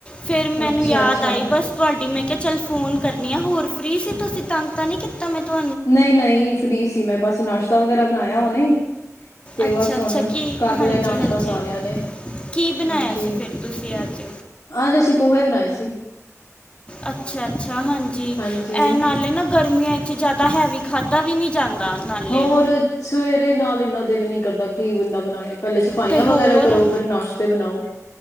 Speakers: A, on the left; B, on the left.
A: ਫਿਰ ਮੈਨੂੰ
B: ਅੱਛਾ
A: ਯਾਦ
B: ਅੱਛਾ
A: ਆਈ ਬਸ ਤੁਹਾਡੀ ਮੈਂ ਕਿਹਾ ਚੱਲ ਫੋਨ ਕਰਨੀ ਆ ਹੋਰ ਫ੍ਰੀ ਸੀ ਤੁਸੀਂ ਤੰ ਨਹੀ ਕੀਤਾ ਮੈਂ ਮਨ ਨੂੰ
B: ਨਹੀਂ ਨਹੀਂ ਫ੍ਰੀ ਸੀ ਮੈਂ ਬਸ ਨਾਸ਼ਤਾ ਵਗੈਰਾ ਬਣਾਇਆ ਹੋਣੇ ਹੀ। ਤੇ
A: ਅੱਛਾ
B: ਬਸ
A: ਅੱਛਾ
B: ਹੁਣ
A: ਕੀ
B: ਕਰ
A: ਹਾਂਜੀ
B: ਲਿਆ ਨਾਸ਼ਤਾ
A: ਹਾਂਜੀ
B: ਸਾਰਿਆਂ ਨੇ
A: ਕੀ ਬਣਾਇਆ
B: ਹਾਂਜੀ
A: ਸੀ ਫਿਰ ਤੁਸੀਂ ਅੱਜ
B: ਅਜ ਅਸੀ ਪੋਹੇ ਬਣਾਏ ਸੀ।
A: ਅੱਛਾ ਅੱਛਾ ਹਾਂਜੀ ਇਹ
B: ਹਾਂਜੀ
A: ਨਾਲੇ ਨਾ ਗਰਮੀਆਂ ਚ ਜ਼ਿਆਦਾ ਹੈਵੀ ਖਾਧਾ ਵੀ ਨਹੀਂ ਜਾਂਦਾ ਨਾਲੇ
B: ਹੋਰ ਸਵੇਰੇ ਨਾਲ ਇੰਨਾ ਦਿਲ ਨੀ ਕਰਦਾ ਕੀ ਬੰਦਾ ਬਣਾਏ। ਪਹਿਲੇ ਸਫਾਈਆਂ
A: ਤੇ
B: ਵਗੈਰਾ
A: ਹੋਰ
B: ਕਰੋ ਫਿਰ ਨਾਸ਼ਤੇ ਬਣਾਓ।